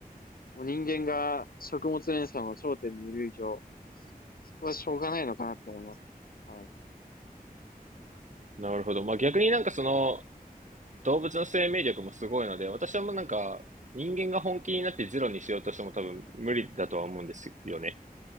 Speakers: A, on the left; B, on the right.
A: もう人間が食物連鎖の頂点にいる以上、そこはしょうがないのかなって思います。はい。
B: なるほど。まあ、逆になんかその動物の生命力もすごいので、私はもうなんか人間が本気になってゼロにしようとしても多分無理だとは思うんですよね。